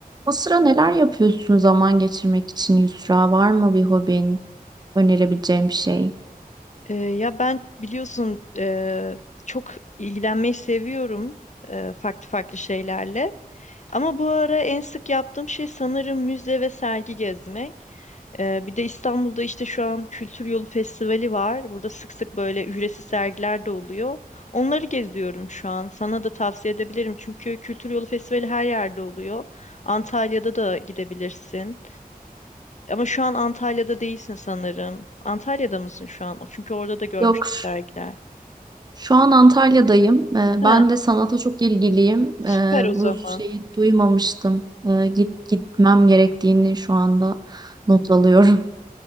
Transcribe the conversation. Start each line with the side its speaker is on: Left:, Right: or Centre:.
Right: O sıra neler yapıyorsun zaman geçirmek için Yusra? Var mı bir hobin, önerebileceğim bir şey?
Left: Ee, ya ben biliyorsun eee, çok ilgilenmeyi seviyorum eee, farklı farklı şeylerle. Ama bu ara en sık yaptığım şey sanırım müze ve sergi gezmek. Ee, bir de İstanbul'da işte şu an Kültür Yolu Festivali var. Burada sık sık böyle ücretsiz sergiler de oluyor. Onları geziyorum şu an. Sana da tavsiye edebilirim çünkü Kültür Yolu Festivali her yerde oluyor. Antalya'da da gidebilirsin. Ama şu an Antalya'da değilsin sanırım. Antalya'da mısın şu an? Çünkü orada da görmüştüm
Right: Yok.
Left: sergiler.
Right: Şu an Antalya'dayım. Ee, ben
Left: He,
Right: de sanata çok ilgiliyim.
Left: süper
Right: Ee,
Left: o zaman.
Right: bu şeyi duymamıştım. Ee, git gitmem gerektiğini şu anda not alıyorum.